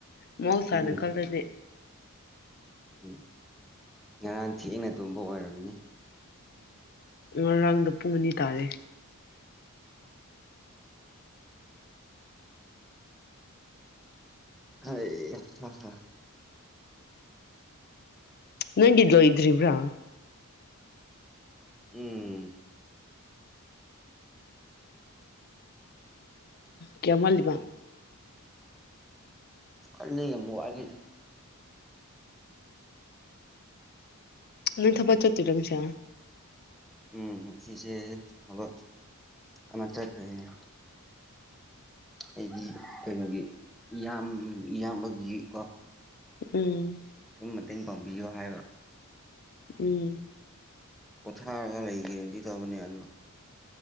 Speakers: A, on the left (about 45°); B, in the centre.
A: ꯃꯍꯧꯁꯥꯅꯀꯜꯗꯗꯤ
B: ꯎꯝ ꯎꯝ ꯉꯔꯥꯡ ꯊꯦꯡꯅ ꯇꯨꯝꯕ ꯑꯣꯏꯔꯝꯅꯤ
A: ꯉꯔꯥꯡꯗ ꯄꯨꯡ ꯑꯅꯤ ꯇꯥꯔꯦ
B: ꯍ ꯍ
A: ꯅꯪꯗꯂꯣ ꯏ꯭ꯔꯤꯕꯕ꯭ꯔꯥ
B: ꯎꯝ
A: ꯀꯌꯥꯃꯜꯂꯤꯕ
B: ꯀꯨꯗ
A: ꯅ ꯊ ꯄꯆꯠꯇꯔ ꯇꯪꯁ
B: ꯎꯝ ꯁꯤꯁꯦ ꯊꯕꯛ ꯑꯃ ꯆꯠꯇꯣꯏꯅꯦ ꯑꯩꯗꯤ ꯀꯩꯅꯣꯒꯤ ꯏꯌꯥꯝ ꯏꯌꯥꯝꯕꯒꯤ ꯀꯣ
A: ꯎꯝ
B: ꯁꯨꯝ ꯃꯇꯦꯡ ꯄꯥꯡꯕꯤꯌꯣ ꯍꯥꯏꯕ
A: ꯎꯝ
B: ꯄꯣꯊꯥꯔꯒ ꯂꯩꯒꯔꯗꯤ ꯇꯧꯕꯅꯦ ꯑꯗꯨꯅ